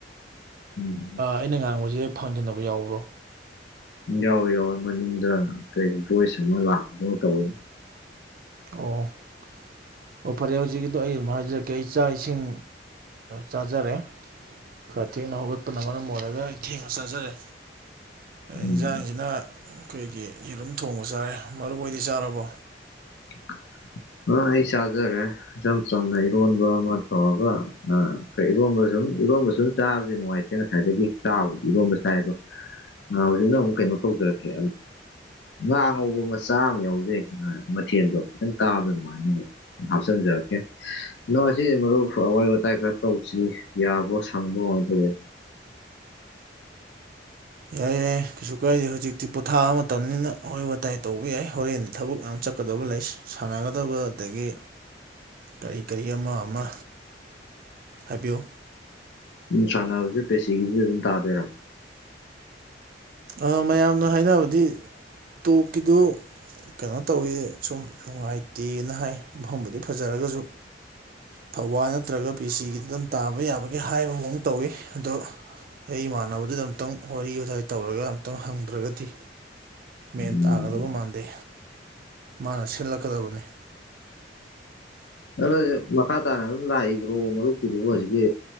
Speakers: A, on the left; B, on the right.
A: ꯎꯝ
B: ꯑꯩꯅ ꯉꯥꯡꯕꯁꯦ ꯊꯥꯡꯖꯤꯟꯅꯕ ꯌꯥꯎꯕ꯭ꯔꯣ
A: ꯌꯥꯎꯋꯦ ꯌꯥꯎꯋꯦ ꯃꯅꯨꯡꯗ ꯀꯔꯤ ꯚꯣꯏꯁ ꯑꯃ ꯂꯥꯛꯄꯣ ꯇꯧꯋ
B: ꯑꯣ <unintelligible> <inaudible> ꯑꯣ ꯐꯔꯦ ꯍꯧꯖꯤꯛꯀꯤꯗꯣ ꯑꯩ ꯑꯗꯨꯝ ꯍꯥꯏꯖꯔꯛꯀꯦ ꯑꯩ ꯆꯥꯛ ꯏꯁꯤꯡ ꯆꯥꯖꯔꯦ ꯈꯔ ꯊꯦꯡꯅ ꯍꯧꯒꯠꯄꯅ ꯃꯔꯝ ꯑꯣꯏꯔꯒ ꯑꯩ ꯊꯦꯡꯅ ꯆꯥꯖꯔꯦ
A: ꯎꯝ
B: ꯏꯟꯖꯥꯡꯁꯤꯅ ꯑꯩꯈꯣꯏꯒꯤ ꯌꯦꯔꯨꯝ ꯊꯣꯡꯕ ꯆꯥꯔꯦ ꯃꯔꯨ ꯑꯣꯏꯗꯤ ꯆꯥꯔꯕꯣ
A: <unintelligible> <inaudible> ꯑ ꯑꯩ ꯆꯥꯖꯔꯦ ꯏꯆꯝ ꯆꯝꯅ ꯏꯔꯣꯟꯕ ꯑꯃ ꯇꯧꯔꯒ ꯀ ꯏꯔꯣꯕꯁꯨ ꯁꯨꯝ ꯏꯔꯣꯝꯕ ꯁꯨꯝ ꯆꯥꯕꯁꯦ ꯅꯨꯡꯉꯥꯏꯇꯦ ꯉꯁꯥꯏꯗꯒꯤ ꯆꯥꯕꯗꯤ ꯏꯔꯣꯕ ꯁꯥꯏ ꯑꯗꯣ ꯍꯧꯖꯤꯛꯅ ꯑꯃꯨꯛ ꯀꯩꯅꯣ ꯇꯧꯖꯔꯛꯀꯦ ꯉꯥ ꯉꯧꯕ ꯃꯆꯥ ꯑꯃ ꯌꯥꯎꯖꯩ ꯃꯊꯤꯪ ꯀꯥꯕ ꯃꯥꯅꯤ ꯍꯥꯞꯆꯤꯟꯖꯔꯛꯀꯦ ꯅꯪ ꯉ ꯃꯔꯨꯞ ꯋꯥꯔꯤ ꯋꯥꯇꯥꯏ ꯈꯔ ꯇꯧꯁꯤ꯭ꯔꯤ ꯌꯥꯕ꯭ꯔꯣ ꯁꯪꯕ꯭ꯔꯣ ꯄꯦ <unintelligible> <inaudible>
B: ꯌꯥꯏ ꯌꯥꯏ ꯀꯩꯁꯨ ꯀꯥꯏꯗꯦ ꯍꯧꯖꯤꯛꯇꯤ ꯄꯣꯊꯥꯕ ꯃꯇꯝꯅꯤꯅ ꯋꯥꯔꯤꯍꯩ ꯋꯥꯇꯥꯏ ꯇꯧꯕ ꯌꯥꯏ ꯍꯣꯔꯦꯟꯗ ꯊꯕꯛ ꯌꯥꯝ ꯆꯥꯎ ꯀꯛꯀꯗꯕ ꯂꯩ ꯁꯥꯟꯅꯒꯗꯕ ꯑꯗꯒꯤ ꯀꯔꯤ ꯀꯔꯤ ꯑꯃ ꯑꯃ ꯍꯥꯏꯕꯤꯌꯨ
A: ꯎꯝ ꯁꯥꯟꯁꯦ ꯄꯦꯁꯤꯤꯒꯤ ꯑꯗꯨ ꯑꯗꯨꯝ ꯇꯥꯗꯔ ꯑꯃ
B: ꯑ ꯃꯌꯥꯝꯅ ꯍꯥꯏꯅꯕꯗꯤ ꯇꯣꯛꯀꯤꯗꯨ ꯀꯩꯅꯣ ꯇꯧꯋꯤ ꯁꯨꯝ ꯅꯨꯡꯉꯥꯏꯇꯦꯅ ꯍꯥꯏ ꯑꯍꯐꯝꯕꯨꯗꯤ ꯐꯖꯔꯒꯁꯨ ꯊꯧꯕꯥꯜ ꯅꯠꯇ꯭ꯔꯒ ꯄꯤ ꯁꯤꯒꯤꯗ ꯑꯗꯨꯝ ꯇꯥꯕ ꯌꯥꯕꯒꯦ ꯍꯥꯏꯕꯐꯥꯎ ꯇꯧꯋꯤ ꯑꯗꯣ ꯑꯩ ꯏꯃꯥꯟꯅꯕꯗꯨꯗ ꯑꯨꯛꯇꯪ ꯋꯥꯔꯤꯥꯏ ꯇꯧꯔꯒ ꯑꯝꯛꯇꯪ ꯍꯪꯗ꯭ꯔꯒꯗꯤ ꯃꯦꯟ
A: ꯎꯝ
B: ꯇꯥꯒꯗꯕ ꯃꯥꯟꯗꯦ ꯃꯥꯅ ꯁꯤꯜꯂꯛꯀꯗꯕꯅꯤ
A: ꯑꯗꯨ ꯃꯈꯥ ꯇꯥꯅ ꯑꯗꯨꯝ ꯂꯥꯛꯏꯕ꯭ꯔꯣ ꯃꯔꯨꯞꯀꯤꯗꯨꯕꯨ ꯍꯧꯖꯤꯛꯀꯤ